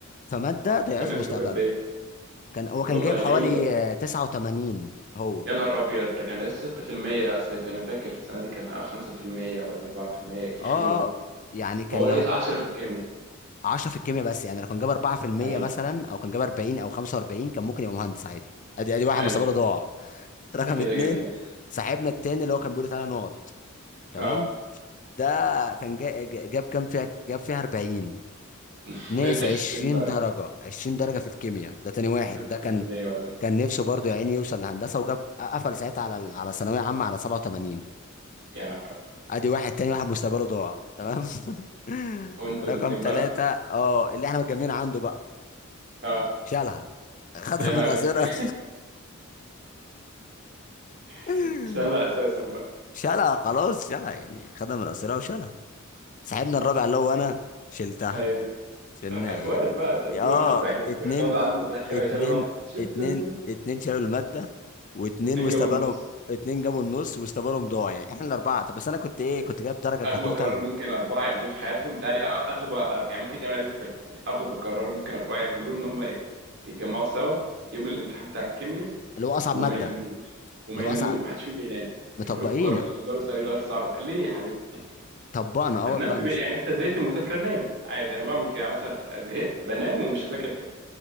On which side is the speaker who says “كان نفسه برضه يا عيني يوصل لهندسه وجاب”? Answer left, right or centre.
Left